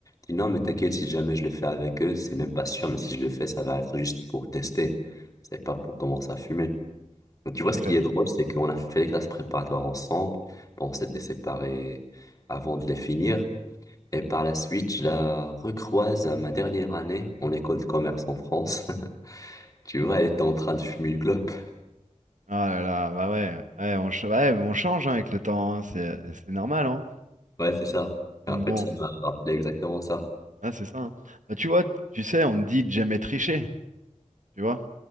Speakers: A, on the left; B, on the right.
A: Je dis non, mais t'inquiète, si jamais je le fais avec eux, c'est même pas sûr, mais si je le fais, ça va être juste pour tester. C'est pas pour commencer à fumer. Mais tu
B: Tout
A: vois, ce
B: à fait.
A: qui est drôle, c'est qu'on a fait les classes préparatoires ensemble. Bon, on s'était séparés avant de les finir. Et par la suite, je la recroise à ma dernière année en école de commerce en France. <laughs> Tu vois, elle était en train de fumer une clope.
B: Ah là là, bah ouais. Ouais, on, ch- ouais, on change hein, avec le temps. hein, C'est c'est normal, hein.
A: Ouais, c'est ça.
B: Donc
A: Et en fait,
B: bon,
A: ça m'a rappelé exactement ça.
B: ah, c'est ça. hein. Bah, tu vois, tu sais, on te dit de jamais tricher, tu vois,